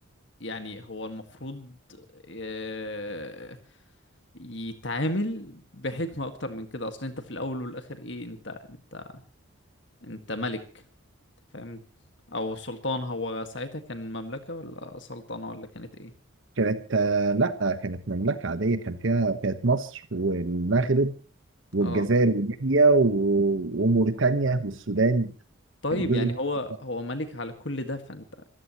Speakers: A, on the left; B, on the right.
A: يعني هو المفروض آه، يتعامل بحكمة اكتر من كده اصل انت في الاول والاخر ايه انت انت انت ملك أنت فاهم او سلطان هو ساعتها كان مملكة ولا سلطنة ولا كانت ايه
B: كانت آه، لا كانت مملكة عادية كان فيها كانت مصر والمغرب والجزائر
A: اه
B: وليبيا و- وموريتانيا والسودان
A: طيب
B: كان جزء
A: يعني
B: كبير
A: هو هو ملك على كل ده فانت